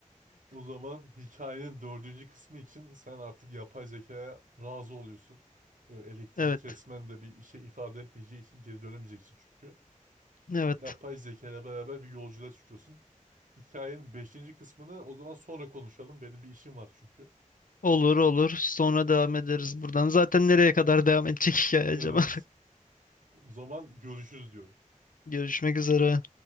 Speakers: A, on the right (about 75°); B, on the left (about 85°).
A: O zaman hikayenin dördüncü kısmı için sen artık yapay zekaya razı oluyorsun. Ee, Elektrik
B: Evet.
A: kesmen de bir işe ifade etmeyeceği için geri dönemeyeceksin çünkü.
B: Evet.
A: Yapay zeka ile beraber bir yolculuğa çıkıyorsun. Hikayenin beşinci kısmını o zaman sonra konuşalım. Benim bir işim var çünkü.
B: Olur olur. Sonra devam ederiz buradan. Zaten nereye kadar devam edecek hikaye acaba?
A: Evet. O zaman görüşürüz diyorum.
B: <laughs> Görüşmek üzere.